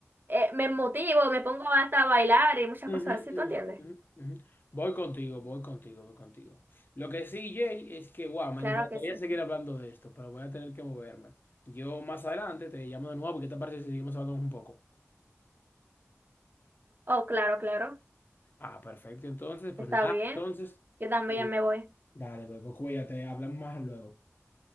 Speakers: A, on the right; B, on the left.
A: eh, me motivo, me pongo hasta a bailar y muchas
B: Ujú,
A: cosas así,
B: ujú,
A: ¿tú entiendes?
B: ujú, ujú. Voy contigo, voy contigo, voy contigo. Lo que sí, Jay, es que, wow, me
A: Claro
B: encantaría
A: que sí.
B: seguir hablando de esto, pero voy a tener que moverme. Yo más adelante te llamo de nuevo, porque te parece si seguimos hablando un poco?
A: Oh, claro, claro.
B: Ah, perfecto, entonces, pues
A: Está
B: nada,
A: bien.
B: entonces,
A: Yo también
B: eh,
A: me voy.
B: dale, pues pues, cuídate, hablamos más luego.